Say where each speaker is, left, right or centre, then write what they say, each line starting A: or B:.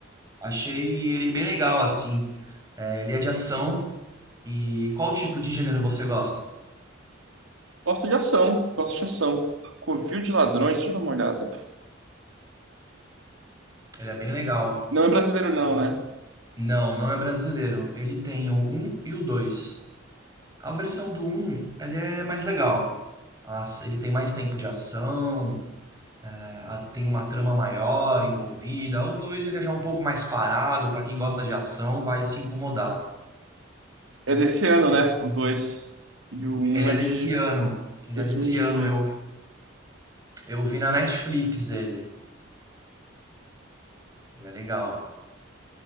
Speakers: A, on the right (about 20°); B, on the right (about 85°).
A: Achei ele bem legal, assim. É, ele é de ação. E qual tipo de gênero você gosta?
B: Gosto de ação, gosto de ação. Covil de Ladrões, deixa eu dar uma olhada.
A: Ele é bem legal.
B: Não é brasileiro, não, né?
A: Não, não é brasileiro. Ele tem o um e o 2. A versão do um, ele é mais legal. As- Ele tem mais tempo de ação, é, a- tem uma trama maior envolvida. O 2, ele é já um pouco mais parado, pra quem gosta de ação, vai se incomodar.
B: É desse ano, né? O dois E o um
A: Ele
B: é
A: é desse
B: de
A: ano. Ele
B: dois
A: é desse
B: mil e dezoito.
A: ano, eu eu vi na Netflix ele. Ele é legal.